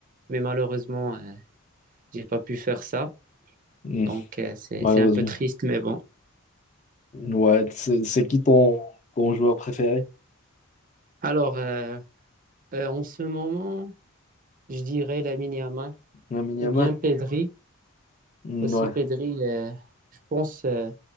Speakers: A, on the right; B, on the left.
A: Mais malheureusement, euh, j'ai pas pu faire ça.
B: Mm.
A: Donc, euh, c'est,
B: malheureusement.
A: c'est un peu triste, mais bon.
B: Ouais, c'est c'est qui ton, ton joueur préféré?
A: Alors, euh, euh, en ce moment, je dirais Lamine Yamal
B: Lamine
A: ou
B: Yamal?
A: bien Pedri.
B: Mm,
A: Aussi,
B: Ouais,
A: Pedri, euh, je pense euh,